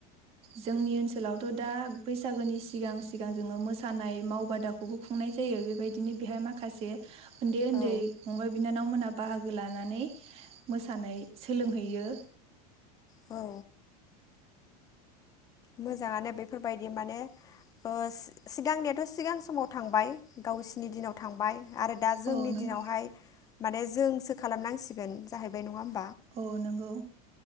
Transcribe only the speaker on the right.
जोंनि ओनसोलावथ' दा बैसा सागोनि सिगां सिगां जोङो मोसानाय मावबादाखौबो खुंनाय जायो बेबायदिनो बेहाय माखासे उन्दै उन्दै
फंबाय बिनानाव मोना बाहागो लानानै मोसानाय सोलोंहैयो
औ नंगौ
औ नंगौ